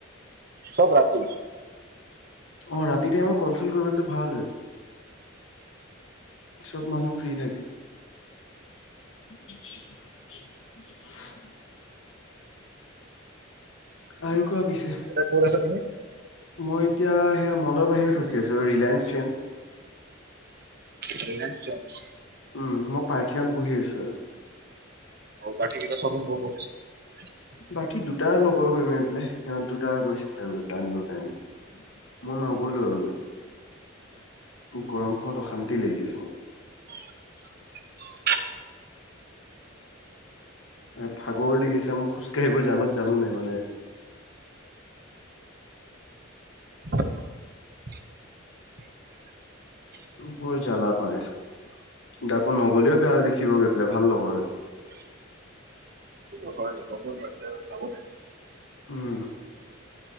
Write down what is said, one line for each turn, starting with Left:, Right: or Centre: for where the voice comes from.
Right: চব ৰাতি
Left: অ ৰাতি টাইমট কলফিল কৰিবলেটো ভাল হয়টো। চব মানুহ ফ্ৰী থাকে। <unintelligible> আৰু কোৱা পিছে
Right: এতিয়া ক'ত আছা তুমি
Left: মই এতিয়া সেয়া মলৰ বাহিৰত ৰখি আছো ৰিলায়ন্স ট্ৰেণ্ডছ
Right: ৰিলায়ন্স ট্ৰেণ্ডছ
Left: উম মই পাৰ্কিঙত বহি আছো আৰু
Right: আৰু বাকী কেইটা শ্বপিং মলৰ নিচিনা।
Left: বাকী দুটা লগৰ কৰি মাৰি পেলাই সিহঁত দুটা গৈছে আৰু গৈ পেলাই আনিবৰ কাৰণে মই নগলো আৰু গৰম খনত অশান্তি লাগি আছে মোৰ
Right: <unintelligible>
Left: এ ভাগৰ লাগিছে মোক খোজ কাঢ়িব জানত জানো নাই মানে
Right: <unintelligible> <inaudible>
Left: বৰ জালা পাইছোঁ আকৌ নগলেও বেয়া দেখিব গৈ পেলাই ভাল লগৰ হয়
Right: <inaudible> সেইটো হয় লগৰ বাৰ্থডে হলে যাব লাগে।
Left: উম